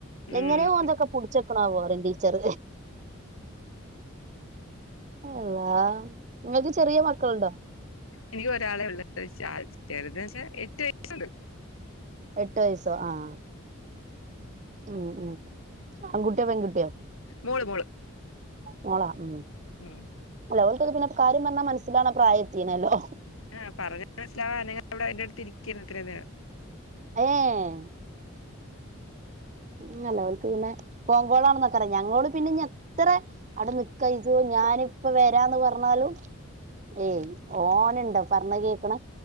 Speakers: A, on the left (about 75°); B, on the right (about 35°).
A: ഉം
B: എങ്ങനെ ഓന് ഇതൊക്കെ പിടിച്ചു നിൽക്കണേ ആവോ ടീച്ചർ അള്ളാ നിങ്ങക്ക് ചെറിയ മക്കളുണ്ടോ
A: എനിക്ക് ഒരാളെ ഒള്ളൂ ഗയ്സ് <inaudible> ണ്ട്
B: എട്ട് വയസ്സ് ച്ചോ ആഹ് ഉം ഉം ആൺകുട്ടിയോ പെൺകുട്ടിയോ
A: മോള് മോള്
B: മോളാ, ഉം
A: <unintelligible>
B: ഓലക്കു പിന്നെ കാര്യം പറഞാ മനസ്സിലാണ പ്രായം എത്തിനല്ലോ.
A: ആഹ് പറഞ്ഞ മന <unintelligible> സ്സിലാ അവിടെ എ <unintelligible> ൻറഅടുത്തിരിക്ക. ക്കേര്ന്നു ഇത്രേനേരം.
B: ഏയ് ഇല്ലല്ല ഓൽക്ക് പിന്നെ ഫോൺ കോളാണെന്നൊക്കറിയാ ഞങ്ങളോട് പിന്നെ ഞ - എത്ര അവിടെ നിക്കുവാ ഇതു ഞാൻ. ഇപ്പ വരാന്ന് പറഞ്ഞാലും ഏയ്. ഓനുണ്ടോ പറഞാ കേക്ണ്